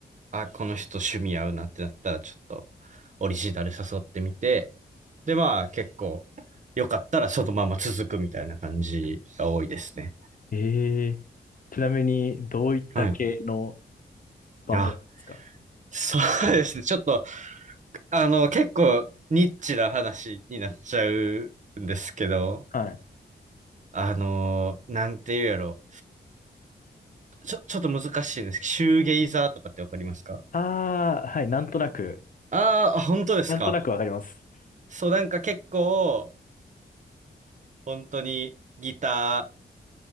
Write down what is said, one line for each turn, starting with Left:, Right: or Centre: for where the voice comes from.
Right: あ、この人趣味合うなってなったら、ちょっとオリジナル誘ってみて、で、まあ、結構、よかったらそのまま続くみたいな感じが多いですね。
Left: ええちなみに、どういった系の
Right: はい。
Left: バンドですか
Right: あ、そうですね。ちょっと、あの、結構ニッチな話になっちゃうんですけど、
Left: はい。
Right: あの、なんて言うやろ。ちょ、ちょっと難しいんですけど、シューゲイザーとかってわかりますか
Left: ああ、はい、なんとなく、
Right: ああー、本当ですか
Left: なんとなくわかります。
Right: そう、なんか結構、本当にギタ